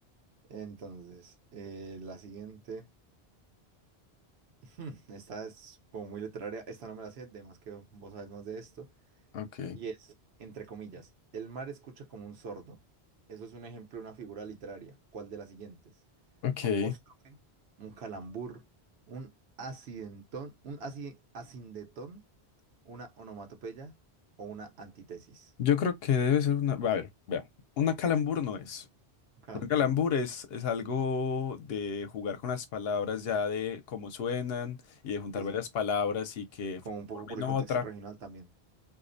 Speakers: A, on the right; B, on the left.
A: Entonces, eh, la siguiente, <laughs> hmm, esta es como muy literaria, esta no me la sé, de más que vos sabes más de esto.
B: Ok.
A: Y es, entre comillas, el mar escucha como un sordo. Eso es un ejemplo de una figura literaria. ¿Cuál de las siguientes?
B: Ok.
A: Apóstrofe, un calambur, un acidentón, un aci- acindetón, una onomatopeya o una antítesis.
B: Yo creo que debe ser una... A ver, vea. Una calambur no es.
A: Un calambur,
B: Un calambur
A: ¿no?
B: es, es algo de jugar con las palabras ya de cómo suenan y de juntar
A: Sí,
B: varias
A: sí.
B: palabras y que
A: Como un poco
B: formen
A: por el
B: otra.
A: contexto regional también.